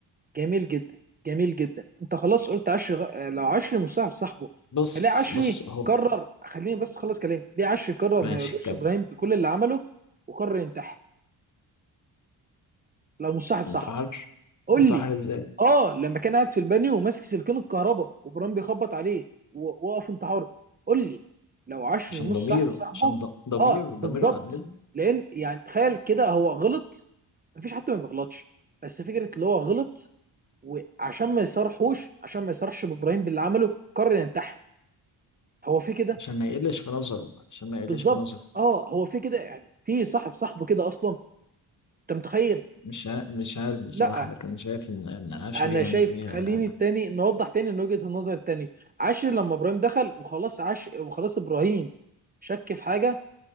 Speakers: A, on the right (about 20°); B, on the left (about 40°).
A: جميل جدا جميل جدا انت خلاص قلت عشري غ... آه، لو عشري مصاحب صاحبه
B: بص
A: فليه عشري
B: بص اهو
A: قرر خليني بس اخلص كلامي ليه عشري قرر
B: ماشي
A: ما يواجهش
B: كمل
A: ابراهيم بكل اللي عمله وقرر ينتحر لو مصاحب
B: انتحر
A: صاحبه قول
B: انتحر
A: لي
B: ازاي
A: اه لما كان قاعد في البانيو وماسك سلكين الكهرباء وبرام بيخبط عليه ووقف انتحاره قول لي لو عشري
B: عشان
A: مش
B: ضميره
A: صاحب صاحبه
B: عشان ض- ضميره
A: اه بالظبط
B: ضميره أنبه
A: لان يعني تخيل كده هو غلط مفيش حد ما بيغلطش بس فكره اللي هو غلط وعشان ما يصرحوش عشان ما يصرحش بابراهيم باللي عمله قرر ينتحر هو في كده
B: عشان ما يقلش في نظره عشان ما يقلش
A: بالظبط
B: في نظره
A: اه هو في كده يعني في صاحب صاحبه كده اصلا انت متخيل
B: مش ع- مش عارف بصراحة
A: لا
B: لكن شايف ان ان عشري
A: انا
B: يعني
A: شايف خليني
B: آه،
A: التاني نوضح تاني من وجهة النظر التاني عاشر لما ابراهيم دخل وخلاص عاش وخلاص ابراهيم شك في حاجه